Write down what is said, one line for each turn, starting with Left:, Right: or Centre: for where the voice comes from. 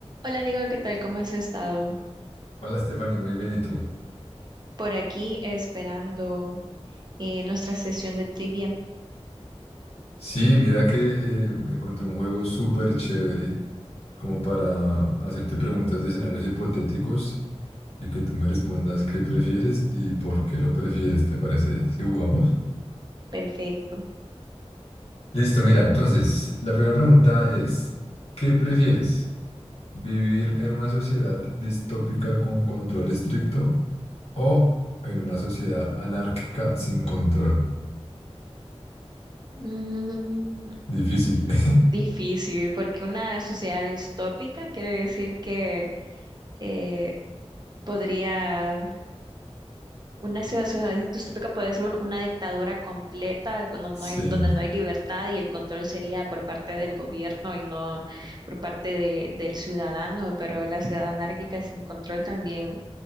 Right: Hola, Diego, ¿qué tal? ¿Cómo has estado?
Left: Hola Stephanie, muy bien, ¿y tú?
Right: Por aquí esperando eh, nuestra sesión de trivia.
Left: Sí, mira que eh, me encontré un juego súper chévere como para hacerte preguntas de escenarios hipotéticos y que tú me respondas qué prefieres y por qué lo prefieres, ¿te parece si jugamos?
Right: Perfecto.
Left: Listo, mira, entonces la primera pregunta es, ¿qué prefieres? ¿Vivir en una sociedad distópica con control estricto o en una sociedad anárquica sin control?
Right: Mm,
Left: Difícil. <laughs>
Right: difícil, porque una sociedad distópica quiere decir que eh, podría, una ciudad- sociedad distópica puede ser un- una dictadura completa cuando no
Left: Sí.
Right: hay, donde no hay libertad y el control sería por parte del gobierno y no por parte de- del ciudadano, pero la ciudad anárquica sin control también.